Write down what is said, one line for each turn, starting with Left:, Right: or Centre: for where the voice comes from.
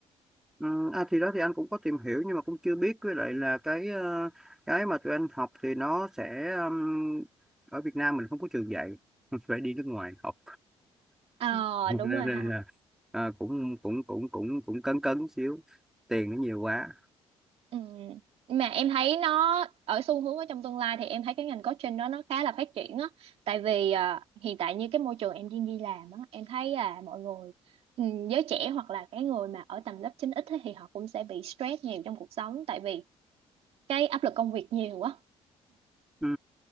Centre: Ừ, à, thì đó thì anh cũng có tìm hiểu nhưng mà cũng chưa biết với lại là cái ờ, cái mà tụi anh học thì nó sẽ ừm, ở Việt Nam mình không có trường dạy <laughs> phải đi nước ngoài học
Right: Ờ
Centre: <laughs> Cho
Right: đúng
Centre: nên
Right: rồi ha.
Centre: là ờ, cũng cũng cũng cũng cũng cấn cấn xíu tiền nó nhiều quá
Right: Ừ. Mà em thấy nó ở xu hướng ở trong tương lai thì em thấy cái ngành coaching đó nó khá là phát triển á tại vì à, hiện tại như cái môi trường em đi đi làm á em thấy là mọi người ừ, giới trẻ hoặc là cái người mà ở tầm lớp 9x ấy thì họ cũng sẽ bị stress nhiều trong cuộc sống tại vì cái áp lực công việc nhiều quá
Centre: ừ.